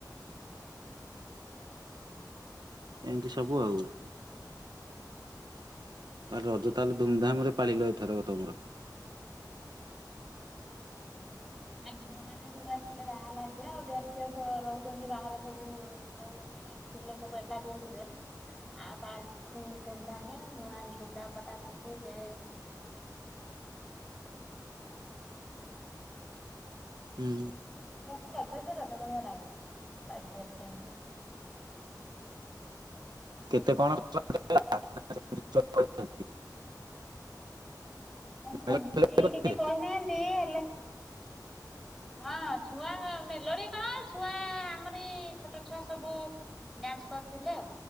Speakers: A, on the right; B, in the centre.
A: ଏମିତି ସବୁ ଆଉ
B: <inaudible>
A: ଆ ରଜ ତାହେଲେ ଧୁମଧାମ୍ ରେ ପାଳିଲ ଏଥର କ ତମର
B: ହଁ। ଆ ଝିଅମାନେ ସବୁ ଆସିଥିଲେ ବାହା ହେଲା ଝିଅ ଆଉ ଯାହାର ଝିଅ ଶ୍ ରହୁଛନ୍ତି ବାହାରେ ସବୁ ଯୋଉମାନେ ଆସିଥିଲେ ସବୁ ଏକାଠି ହେଇଥିଲେ ନା ଆଉ ବା ସିଏ ବି ଧୁମଧାମ୍ ରେ ନୂଆ ଲୁଗାପଟା ପିନ୍ଧିକି
A: ହଁ।
B: ଏଇ ବର୍ଷ ରଜ ଯେ ରଜ ଭଳିଆ ଲାଗିଲା ରାଜ କେମତି
A: କେତେ କଣ <unintelligible> <unintelligible>
B: ନାଇଁ ସେମିତି
A: କରିଥିଲେ?
B: କିଛି କହିନାହାନ୍ତି ହେଲେ ହଁ ଛୁଆ ମେଲୋଡି କଣ ଛୁଆ ଆମରି ଛୋଟ ଛୁଆ ସବୁ ଡ୍ୟାନ୍ସ୍ କରିଥିଲେ ଆଉ